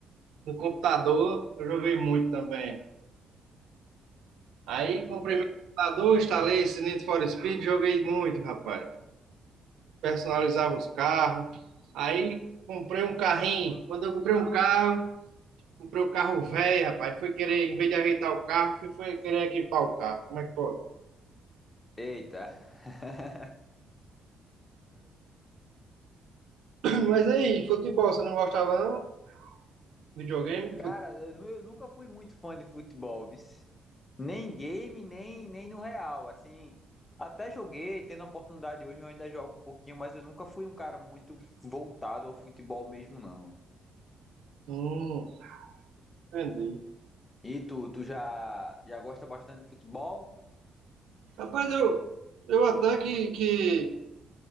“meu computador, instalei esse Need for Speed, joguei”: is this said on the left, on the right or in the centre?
Right